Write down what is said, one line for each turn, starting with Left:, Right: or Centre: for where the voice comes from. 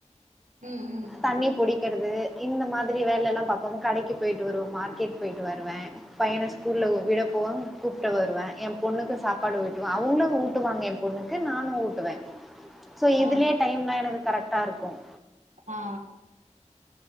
Right: ம் ம் ம்
Centre: தண்ணி புடிக்கர்து இந்த மாதிரி வேலயெல்லாம் பா அப்ப கடைக்கு போயிவிட்டு வருவோன் மார்கெட் போயிட்டு வருவேன் பையனை ஸ்கூலில் விட போவன் கூப்பிட்டு வருவேன் என் பொண்ணுக்கு சாப்பாடு ட்டுவேன் அவுங்களும் ஊட்டுவாங்க என் பொண்ணுக்கு நானும் ஊ ட்வேன் இதுலயே
Right: ஆ
Centre: டைம்லாம் எனக்கு கரெக்ட் கரெக்டா இருக்கும்
Right: ஹா